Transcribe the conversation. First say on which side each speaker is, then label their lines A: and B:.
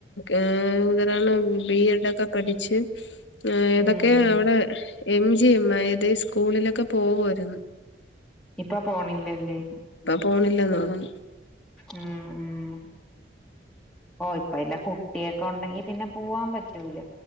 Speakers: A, on the left; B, in the centre.
A: ഏ അണ്ബി എഡ് ഒക്കെ പഠി ച്ച് ആ ഏതൊക്കെ
B: ഉം ഉം
A: അവിടെ എം ജി എം തെയ്സ് സ്കൂളിലൊക്കെ പോവു ആയിരുന്നു
B: ഇപ്പൊ പോണില്ലല്ലേ
A: പോണില്ലെന്നാണ്
B: ഉം ഉം ഓ ഇപ്പോഎല്ല കുട്ടിയൊക്കെ ഉണ്ടെങ്കി പിന്നെ പോവാൻ പറ്റൂല